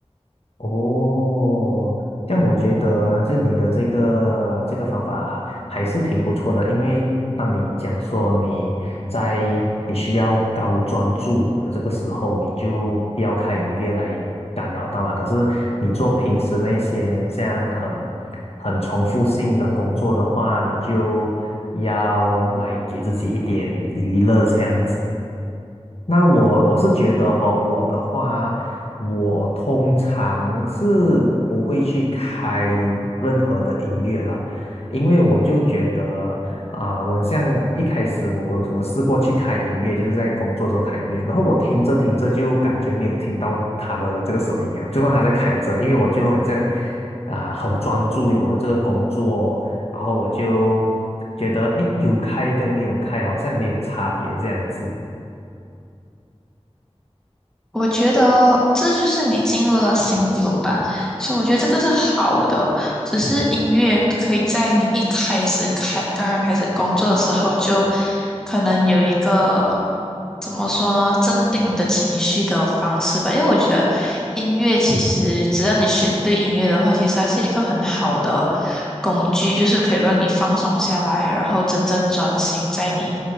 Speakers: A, on the left; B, in the centre.
A: 哦，这样我觉得就你的这个这个方法还是挺不错的，因为当你讲说你在你需要高专注的这个时候，你就不要开音乐来干扰到嘛。可是你做平时那些很像很很重复性的工作的话，你就要来给自己一点娱乐这样子。那我我是觉得哈，我的话，我通常是不会去开任何的音乐啦，因为我就觉得啊、我很像一开始我我我试过去开音乐，就是在工作的时候开音乐，然后我听着听着就感觉没有听到他的这个声音了，就算他在开着，因为我就很像啊、很专注于我这个工作，然后我就觉得诶，有开跟没有开好像没有差别这样子。
B: 我觉得这就是你进入了心流吧，所以我觉得这个是好的。只是音乐可以在你一开始开刚刚开始工作的时候，就可能有一个怎么说呢，镇定你的情绪的方式吧。因为我觉得音乐其实只要你选对音乐的话，其实它是一个很好的工具，就是可以让你放松下来，然后真正专心在你